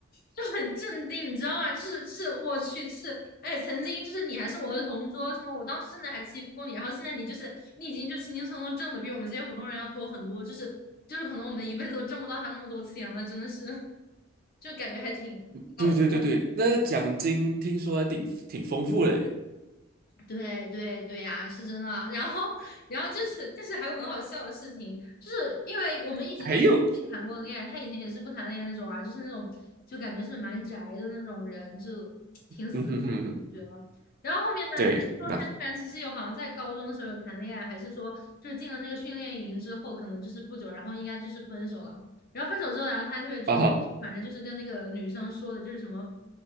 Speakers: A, on the left; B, on the right.
A: 就很震惊，你知道吗？就是是我去，是哎，曾经就是你还是我的同桌，什么我当时甚至还欺负过你，然后现在你就是你已经就轻轻松松挣的比我们这些普通人要多很多，就是就是可能我们一辈子都挣不到他那么多钱了，真的是，就感觉还挺搞笑。
B: 对对对对，那个奖金听说还挺挺丰富的。
A: 对对对呀、是真的。然后，然后就是，但是还有很好笑的事情，就是因为我们一直就没谈过恋爱，
B: 还有，
A: 他以前也是不谈恋爱那种啊，就是那种就感觉是蛮宅的那种人，就挺死宅的，
B: 嗯哼哼哼，
A: 我觉得。然后后面呢，
B: 对，
A: 说他居然其实有好像在高中的时候有谈恋爱，
B: 那
A: 还是说就是进了那个训练营之后，可能就是不久，然后应该就是分手了。然后分手之后，然后他还特别装，
B: 哦，
A: 反正就是跟那个女生说的，就是什么